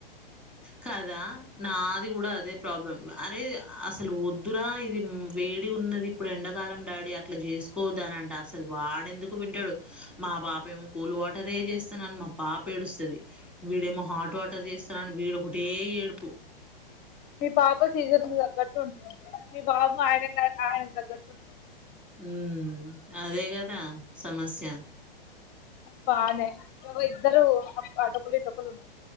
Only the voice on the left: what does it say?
మీ పాప సీజన్ కు తగ్గట్టు ఉంటుంది మీ బాబు ఆయన ఆయనకు తగ్గట్టు ఉంటుంది
బానే ఇద్దరు అటు ఒక్కరు ఇటు ఒక్కరు ఉన్నారు